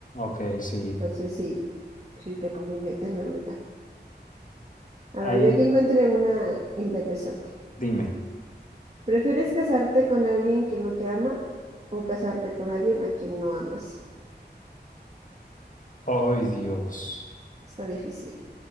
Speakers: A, on the left; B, on the right.
A: Ok, sí.
B: Entonces sí, sí te conviene tenerlo ya. A
A: Ahí,
B: ver, yo aquí encontré una interesante.
A: dime.
B: ¿Prefieres casarte con alguien que no te ama o casarte con alguien a quien no amas?
A: Ay, Dios.
B: Está difícil.